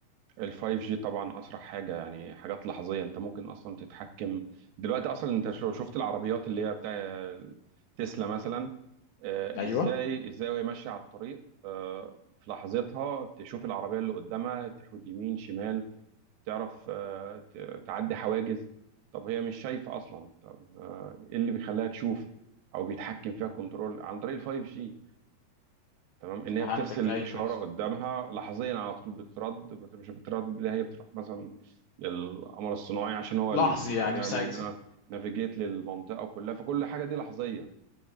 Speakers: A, on the right; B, on the left.
A: الفايف جي طبعا اسرع حاجه يعني حاجات لحظيه انت ممكن اصلا تتحكم دلوقتي اصلا انت لو شفت العربيات اللي هي بتاع تسلا مثلا آه،
B: ايوه
A: ازاي ازاي وهي ماشيه على الطريق آه، في لحظتها تشوف العربيه اللي قدامها تحود يمين شمال تعرف آه، ت- تعدي حواجز طب هي مش شايفه اصلا طب آه، ايه اللي بيخليها تشوف او بيتحكم فيها كنترول عن طريق الفايف جي تمام ان هي
B: فهمتك
A: بترسل
B: ايوه
A: اشاره
B: ايوه
A: قدامها لحظيا على طول بترد بت- مش بترد لا هي بتروح مثلا للقمر الصناعي عشان هو
B: لحظي
A: اللي بيعمل
B: يعني في ساعتها
A: نا- نافيجيت للمنطقه كلها فكل حاجه دي لحظيه